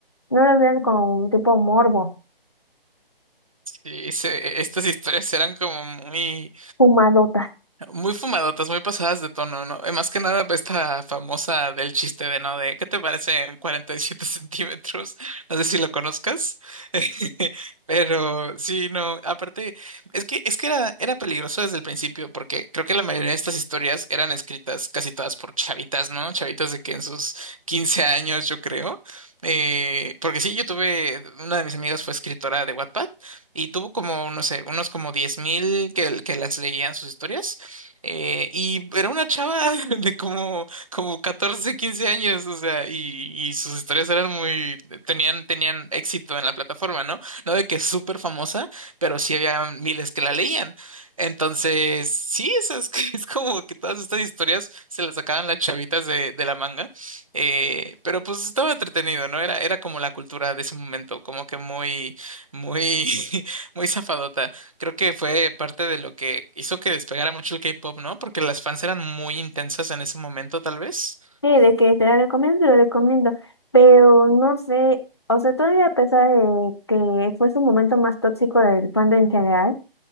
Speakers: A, on the left; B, on the right.
A: no los vean como tipo morbo,
B: Sí, se- estas historias eran como muy...
A: fumadotas.
B: Muy fumadotas, muy pasadas de tono, ¿no? Eh, Más que nada esta famosa del chiste de, ¿no? De, ¿qué te parece siete centímetros? No sé si lo conozcas, <laughs> pero sí, no, aparte, es que, es que era, era peligroso desde el principio, porque creo que la mayoría de estas historias eran escritas casi todas por chavitas, ¿no? Chavitas de que en sus 15 años, yo creo. Eh, porque sí, yo tuve, una de mis amigas fue escritora de Wattpad y tuvo como, no sé, unos como 10 mil que, que las leían sus historias eh, y era una chava <laughs> de como, como 14 15 años, o sea, y, y sus historias eran muy, tenían, tenían éxito en la plataforma, ¿no? No de que es súper famosa, pero sí había miles que la leían. Entonces, sí, eso es, <laughs> es como que todas estas historias se las sacaban las chavitas de, de la manga. Eh, pero pues estaba entretenido, ¿no? Era, era como la cultura de ese momento, como que muy, muy, <laughs> muy zafadota. Creo que fue parte de lo que hizo que despegara mucho el K-pop, ¿no? Porque las fans eran muy intensas en ese momento, tal vez.
A: Sí, de que te la recomiendo, te la recomiendo, pero no sé, o sea, todavía a pesar de que fue su momento más tóxico del fandom en general,